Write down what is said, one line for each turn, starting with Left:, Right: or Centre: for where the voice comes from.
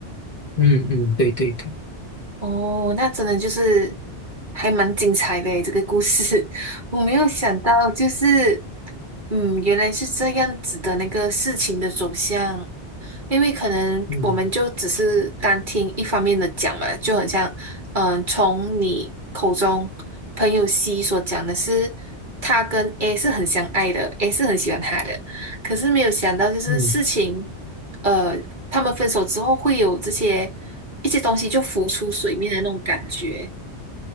Left: 嗯嗯，对对对，
Right: 哦，那真的就是还蛮精彩的诶，这个故事 <laughs> 我没有想到，就是。嗯，原来是这样子的那个事情的走向，因为可能我们就只是单听一方面的讲嘛，
Left: 嗯
Right: 就很像，嗯，从你口中朋友 C 所讲的是，他跟 A 是很相爱的，A 是很喜欢他的，可是没有想到就是事情，
Left: 嗯
Right: 呃，他们分手之后会有这些一些东西就浮出水面的那种感觉。